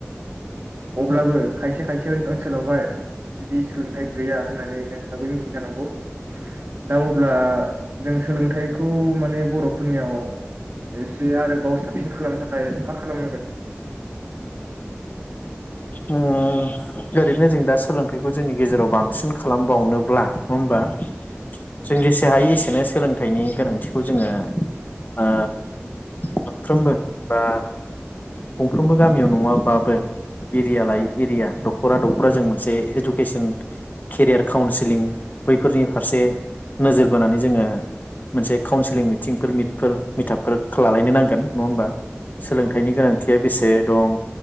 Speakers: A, on the right (about 55°); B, on the left (about 40°).
A: अब्लाबो खायसे खायसे ओनसोलावहाय। बिदि सोलोंथाइ गैया होननानै नोंथांआबो मिथियो जानांगौ। दा अब्ला। जों सोलोंथाइखौ माने बर'फोरनियाव एसे आरोबाव साबसिन खालामनो थाखाय मा खालामनांगोन?
B: औ ओरैनो जों दा सोलोंथाइखौ जोंनि गेजेराव बांसिन खालामबावनोब्ला नङा होमबा? जों जेसे हायो एसेनो सोलोंथाइनि गोनांथिखौ जोङो ओ मोनफ्रोमबो बा गंफ्रोमबो गामियाव
A: औ
B: नङाबाबो एरिया लायै
A: औ
B: एरिया दख'रा दख'रा जों मोनसे इडुकेसन केरियार काउन्सिलिं बैफोरनि फारसे नोजोर बोनानै जोङो मोनसे काउन्सिलिं मिटिंफोर मिफोर मिथाबफोर लालायनो नांगोन नङा होमबा? सोलोंथाइनि
A: औ
B: गोनांथिया बेसे दं